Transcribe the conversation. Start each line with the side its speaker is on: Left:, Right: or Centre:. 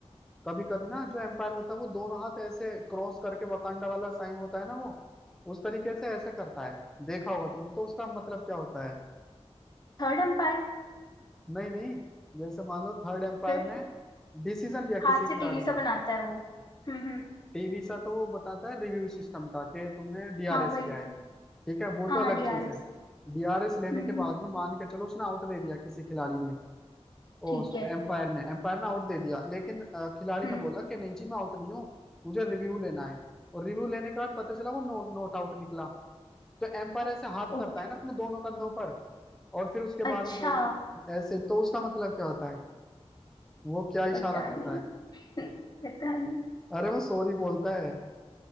Centre: कभी कभी ना जो एम्पायर होता है वो दोनों हाथ ऐसे क्रॉस करके वकांडा वाला साइन होता है ना वो उस तरीके से ऐसे करता है देखा होगा तुमने तो उसका मतलब क्या होता है <laughs>
Left: Third umpire
Centre: नहीं नहीं जैसे मान लो थर्ड एम्पायर
Left: फिर
Centre: ने डिसीजन लिया
Left: हाथ
Centre: किसी खिलाड़ी
Left: से टीवी सा
Centre: ने
Left: बनाता है वो हम्म हम्म
Centre: टीवी सा तो वो बताता है रिव्यू सिस्टम का कि तुमने डीआरएस
Left: हाँ वही
Centre: लिया है ठीक है वो तो
Left: हाँ
Centre: अलग
Left: हाँ डीआरएस
Centre: चीज है डीआरएस लेने
Left: हम्म
Centre: के बाद
Left: हम्म
Centre: में मान के चलो उसने आउट दे दिया किसी खिलाड़ी ने ओ
Left: ठीक है
Centre: एम्पायर ने एम्पायर ने आउट दे दिया लेकिन अ, खिलाड़ी
Left: हम्म
Centre: ने बोला कि नहीं जी मैं आउट नहीं हूँ मुझे रिव्यू लेना है और रिव्यू लेने के बाद पता चला वो नो नॉट आउट निकला तो एम्पायर ऐसे हाथ
Left: ओके
Centre: करता है ना अपने दोनों कंधों पर और फिर उसके बाद
Left: अच्छा
Centre: में बोल ऐसे तो उसका मतलब क्या होता है वो क्या इशारा
Left: पता
Centre: करता
Left: नहीं <laughs>
Centre: है
Left: पता नहीं
Centre: अरे वो सॉरी बोलता है